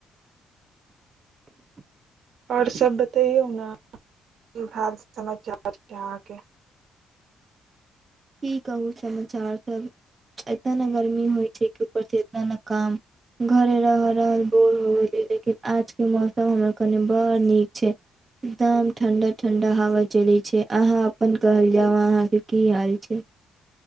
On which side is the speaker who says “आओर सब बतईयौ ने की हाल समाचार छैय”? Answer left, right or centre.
Right